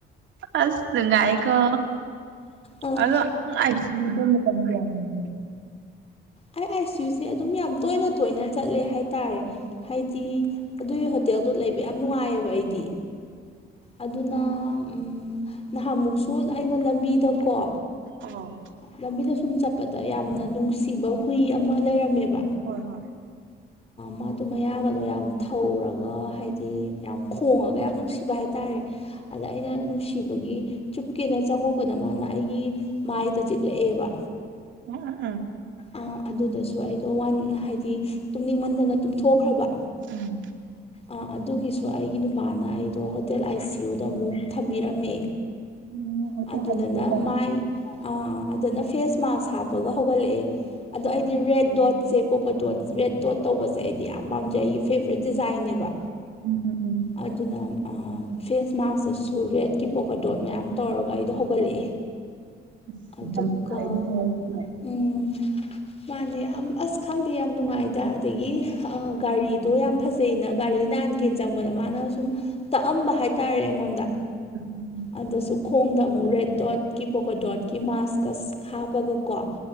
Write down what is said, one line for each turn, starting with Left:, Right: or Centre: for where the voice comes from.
Right: ꯑꯁ ꯅꯨꯡꯉꯥꯏꯀꯣ
Left: ꯑꯥ
Right: ꯑꯗ ꯅꯪ ꯑꯥꯏ ꯁꯤ ꯌꯨꯗ ꯃꯇꯝ ꯀꯌꯥ ꯂꯩꯒꯦ
Left: ꯑꯥꯏ ꯑꯥꯏ ꯁꯤ ꯌꯨꯁꯦ ꯑꯗꯨꯝ ꯌꯥꯝ ꯇꯣꯏꯅ ꯇꯣꯏꯅ ꯆꯠꯂꯦ ꯍꯥꯏꯇꯥꯔꯦ ꯍꯥꯏꯗꯤ ꯑꯗꯨꯏ ꯍꯣꯇꯦꯜꯗꯣ ꯂꯩꯕ ꯌꯥꯝ ꯅꯨꯡꯉꯥꯏꯌꯦꯕ ꯑꯩꯗꯤ ꯑꯗꯨꯅ ꯎꯝ ꯅꯍꯥꯟꯃꯨꯛꯁꯨ ꯑꯩꯅ ꯂꯝꯕꯤꯗꯀꯣ
Right: ꯑꯣ
Left: ꯂꯝꯕꯤꯗꯁꯨ ꯁꯨꯝ ꯆꯠꯄꯗ ꯌꯥꯝꯅ ꯅꯨꯡꯁꯤꯕ ꯍꯨꯏ ꯑꯃ ꯂꯩꯔꯝꯃꯦꯕ
Right: ꯍꯣꯏ ꯍꯣꯏ
Left: ꯃꯥꯗꯨ ꯃꯌꯥꯕꯗꯣ ꯌꯥꯝ ꯊꯧꯔꯒ ꯍꯥꯏꯗꯤ ꯌꯥꯝ ꯈꯣꯡꯉꯒ ꯌꯥꯝ ꯅꯨꯡꯁꯤꯕ ꯍꯥꯏꯇꯥꯔꯦ ꯑꯗ ꯑꯩꯅ ꯅꯨꯡꯁꯤꯕꯒꯤ ꯆꯨꯞꯀꯦꯅ ꯆꯪꯉꯨꯕꯗ ꯃꯥꯅ ꯑꯩꯒꯤ ꯃꯥꯏꯗ ꯆꯤꯛꯂꯛꯑꯦꯕ
Right: ꯑꯥ ꯑꯥ
Left: ꯑꯥ ꯑꯗꯨꯗꯁꯨ ꯑꯩꯗꯣ ꯋꯥꯟ ꯍꯥꯏꯗꯤ ꯇꯨꯝꯅꯤꯡꯃꯟꯗꯅ ꯇꯨꯝꯊꯣꯛꯈ꯭ꯔꯕ
Right: ꯎꯝ
Left: ꯑꯥ ꯑꯗꯨꯒꯤꯁꯨ ꯑꯩꯒꯤ ꯅꯨꯄꯥꯅ ꯑꯩꯗꯣ ꯍꯣꯇꯦꯜ ꯑꯥꯏ ꯁꯤ ꯌꯨꯗꯣ ꯑꯃꯨꯛ ꯊꯝꯕꯤꯔꯝꯃꯦ
Right: ꯎꯝ ꯍꯣꯇꯦꯜ
Left: ꯑꯗꯨꯗꯅ
Right: ꯑꯥꯏ ꯁꯤ ꯌꯨꯗ
Left: ꯃꯥꯏ ꯑꯥ ꯑꯥ ꯑꯗꯨꯅ ꯐꯦꯁ ꯃꯥꯛꯁ ꯍꯥꯞꯄꯒ ꯍꯧꯒꯠꯂꯛꯑꯦ ꯑꯗꯣ ꯑꯩꯗꯤ ꯔꯦꯠ ꯗꯣꯠꯁꯦ ꯄꯣꯀꯣ ꯗꯣꯠ ꯔꯦꯠ ꯗꯣꯠ ꯇꯧꯕꯁꯦ ꯑꯩꯗꯤ ꯌꯥꯝ ꯄꯥꯝꯖꯩ ꯑꯩꯒꯤ ꯐꯦꯕꯣꯔꯥꯏꯠ ꯗꯤꯖꯥꯏꯟꯅꯦꯕ
Right: ꯎꯝ ꯎꯝ ꯎꯝ
Left: ꯑꯗꯨꯅ ꯐꯦꯁ ꯃꯥꯛꯁꯇꯁꯨ ꯔꯦꯠꯀꯤ ꯄꯣꯀꯗꯣꯠ ꯃꯌꯥꯝ ꯇꯧꯔꯒ ꯑꯩꯗꯣ ꯍꯧꯒꯠꯂꯛꯑꯦ
Right: ꯑꯁ
Left: ꯑꯗꯨꯒ
Right: ꯌꯥꯝ ꯐꯥꯏ ꯑꯗꯨꯅꯦ ꯑꯗꯨꯗꯤ
Left: ꯎꯝ ꯃꯥꯅꯦ ꯑꯁ ꯈꯪꯗꯦ ꯌꯥꯝ ꯅꯨꯡꯉꯥꯏꯗ ꯑꯗꯒꯤ ꯑ ꯒꯥꯔꯤꯗꯣ ꯌꯥꯝ ꯐꯖꯩꯅ ꯒꯥꯔꯤ ꯅꯥꯟꯒꯦꯅ ꯆꯪꯕꯗ ꯃꯥꯅ ꯁꯨꯝ ꯇꯛꯑꯝꯕ ꯍꯥꯏ ꯍꯥꯏ ꯇꯔꯦ ꯑꯩꯉꯣꯟꯗ
Right: ꯎꯝ ꯎꯝ
Left: ꯑꯗꯨꯗꯁꯨ ꯈꯣꯡꯗ ꯑꯃꯨꯛ ꯔꯦꯗ ꯗꯣꯠꯀꯤ ꯄꯣꯀꯣ ꯗꯣꯠꯀꯤ ꯃꯥꯁꯀ ꯍꯥꯞꯄꯒ ꯀꯣ